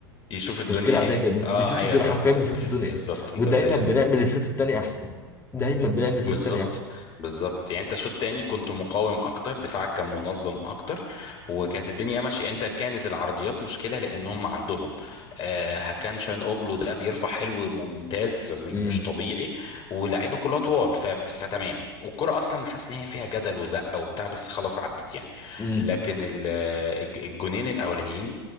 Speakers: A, on the left; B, on the left.
A: يشوف الدنيا
B: تشكيلة عادية
A: ايه
B: جدا
A: اه
B: بيشوف
A: ايوه
B: الدنيا
A: صح
B: حرفيا
A: انت
B: بيشوف
A: قلت لي
B: الدنيا
A: بالظبط
B: إيه
A: انت
B: ودايما
A: قلت لي الموضوع
B: بنعمل
A: ده
B: الشوط التاني أحسن دايما بنعمل الشوط
A: بالظبط
B: التاني أحسن
A: بالظبط يعني انت شوط تاني كنت مقاوم اكتر دفاعك كان منظم اكتر وكانت الدنيا ماشيه انت كانت العرضيات مشكله لان هم عندهم آه هكان شان اوغلو ده بيرفع حلو ممتاز مش
B: مم.
A: مش طبيعي ولاعيبه كلها طوال ف- فتمام والكره اصلا حاسس ان هي فيها جدل وزقه وبتاع بس خلاص عدت يعني
B: امم
A: لكن ال- الج- الجونين الاولانيين